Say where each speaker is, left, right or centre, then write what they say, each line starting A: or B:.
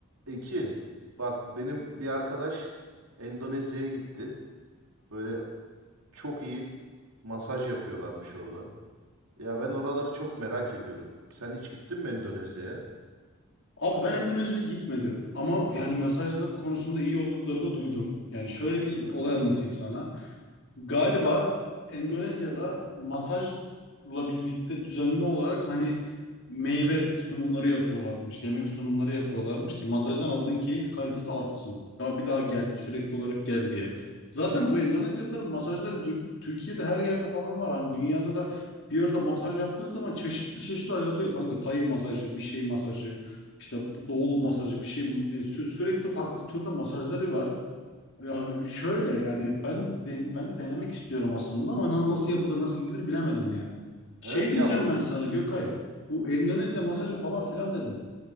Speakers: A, on the right (about 85°); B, on the left (about 60°).
A: Ekin, bak benim bir arkadaş Endonezya'ya gitti. Böyle çok iyi masaj yapıyorlarmış orada. Ya ben oraları çok merak ediyorum. Sen hiç gittin mi Endonezya'ya?
B: Abi ben Endonezya'ya gitmedim ama yani mesajlık konusunda iyi olduklarını duydum. Yani şöyle bir
A: Hı,
B: olay anlatayım sana. Galiba Endonezya'da masajla birlikte düzenli olarak hani meyve sunumları yapıyorlarmış, yemek sunumları yapıyorlarmış ki masajdan aldığın keyif kalitesi artsın. Daha bir daha gel, sürekli olarak gel diye. Zaten bu Endonezyalıların masajları dür- Türkiye'de her yerde falan var. Hani dünyada da bir yerde masaj yaptığın zaman çeşitli çeşitli ayrılıyor kanka. Tay masajı, bir şey masajı, işte doğulu masajı,
A: Evet.
B: bir şey e, sü- sürekli farklı türde masajları var. Ya şöyle yani ben de- ben de denemek istiyorum aslında ama na- nasıl yapılır nasıl gidilir bilemedim ya. Şey
A: Evet ya
B: diyeceğim
A: bu
B: ben sana Gökay.
A: Hı,
B: Bu Endonezya
A: hı.
B: masajı falan filan dedin.